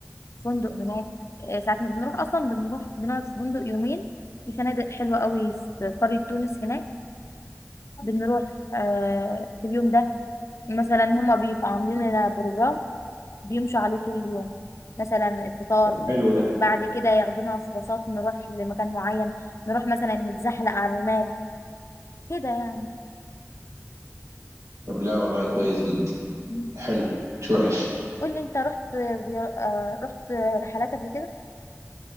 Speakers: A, on the left; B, on the right.
A: فندق هناك آه، ساعة ما بنروح اصلا بنروح بنقعد في فندق يومين في فنادق حلوة قوي في قرية تونس هناك بنروح آه، في اليوم ده مثلا هما بيبقى عاملين لنا بروجرام بيمشوا عليه طول اليوم مثلا الفطار
B: حلو ده
A: بعد كده ياخدونا في باصات نروح لمكان معين نروح مثلا نتزحلق على الرمال كده يعني
B: طب لا والله كويس جدا
A: مم.
B: حلو مش وحش
A: قولي انت رحت زيار... آه، رحت رحلات قبل كده